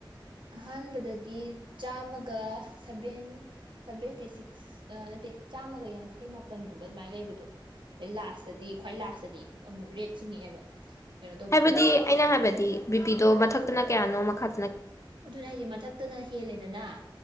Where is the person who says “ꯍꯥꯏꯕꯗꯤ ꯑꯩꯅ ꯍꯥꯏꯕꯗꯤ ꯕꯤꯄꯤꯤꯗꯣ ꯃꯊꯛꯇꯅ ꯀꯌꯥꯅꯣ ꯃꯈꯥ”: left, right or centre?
Left